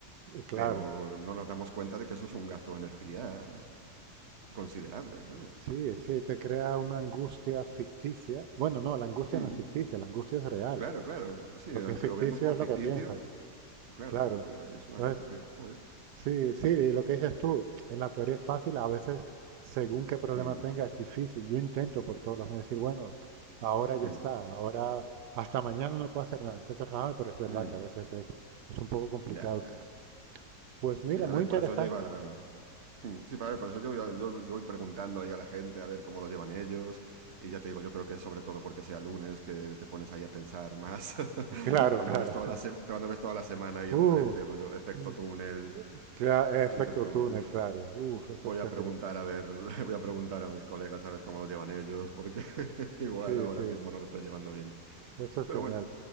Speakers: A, on the right; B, on the right.
A: Eh, claro.
B: pero no nos damos cuenta de que eso es un gasto de energía considerable, ¿sabes?
A: Sí, sí, te crea una angustia ficticia. Bueno, no, la angustia
B: Mm.
A: no es ficticia, la angustia es real.
B: Claro, claro, sí,
A: Lo
B: aunque
A: que es ficticio
B: lo veamos como
A: es
B: ficticio,
A: lo que piensas,
B: claro,
A: claro.
B: claro, claro, y es
A: Entonces,
B: una cosa que, joder.
A: sí, sí, y lo que dices tú, en la teoría es fácil, a veces, según qué problema
B: Mm,
A: tenga, es difícil. Yo intento por todos los medios decir, bueno, ahora ya
B: mm,
A: está, ahora hasta mañana no puedo hacer nada. Intento relajarme, pero es verdad
B: mm.
A: que a veces es, es un poco complicado.
B: Ya, ya.
A: Pues mira,
B: Sí, a
A: muy
B: ver,
A: interesante.
B: por eso yo iba... Mm, Sí, a ver, por eso yo, yo- yo- yo voy preguntando ahí a la gente a ver cómo lo llevan ellos. Y ya te digo, yo creo que es sobre todo porque sea lunes que te pones ahí a pensar más. <laughs>
A: Claro,
B: Cuando
A: claro.
B: ves toda
A: <laughs>
B: la sema- cuando ves toda la semana ahí
A: Uh,
B: enfrente, rollo efecto
A: uh.
B: túnel,
A: Cla- eh, efecto
B: y dices tú,
A: túnel,
B: uff,
A: claro. Uf, eso
B: Voy
A: es terrible.
B: a preguntar a ver, <laughs> voy a preguntar a mis colegas a ver cómo lo llevan ellos, porque <laughs> igual
A: Sí,
B: ahora
A: sí,
B: mismo no lo estoy llevando bien.
A: eso es
B: Pero
A: genial.
B: bueno,